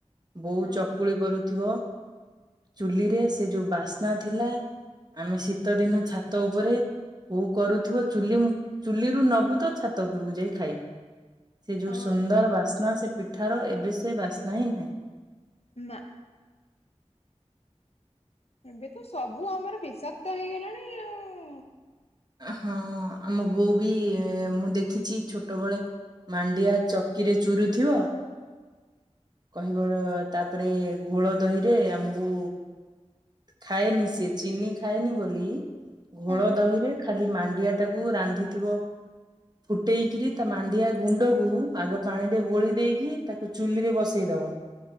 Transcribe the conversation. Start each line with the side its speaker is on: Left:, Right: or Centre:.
Right: ବୋଉ
Left: ହଁ
Right: ଚକୁଳି କରୁଥିବ ଚୁଲିରେ
Left: ହଁ
Right: ସେ ଯୋଉ ବାସ୍ ନା ଥିଲା ଆମେ ଶୀତ ଦିନ ଛାତ ଉପରେ ବୋଉ କରୁଥିବ ଚୁଲି ଚୁଲିରୁୁ ନବୁ ତ ଛାତ ଉପରକୁ ଯାଇ ଖାଇବୁ। ସେ ଯୋଉ
Left: ହଁ
Right: ସୁନ୍ଦର ବାସ୍ନା ସେ ପିଠାର ଏବେ ସେ ବାସ୍ନା ହିଁ ନାହିଁ।
Left: ନା। ଏବେ ତ ସବୁ ଆମର ବିଷାକ୍ତ ହେଇଗଲାଣି ଆଉ।
Right: ହଁ ଆମ ବୋଉ ବି ମୁଁ ଦେଖିଛି ଛୋଟବେଳେ ମାଣ୍ଡିଆ ଚକିରେ ଚୁରୁ ଥିବ। କହିବ ତାପରେ ଘୋଳ ଦହିରେ ଆମକୁ ଖାଏନି ସେ ଚିନି ଖାଏନି ବୋଲି ଘୋଳ
Left: ହଁ
Right: ଦହି ରେ ଖାଲି ମାଣ୍ଡିଆ ଟାକୁ ରାନ୍ଧିଥିବ। ଫୁଟେଇକରି ତା ମାଣ୍ଡିଆ ଗୁଣ୍ଡକୁ ଆଗ ପାଣିରେ ଗୋଳି ଦେଇକି ତାକୁ ଚୁଲିରେ ବସ। ଦେଇଦବ।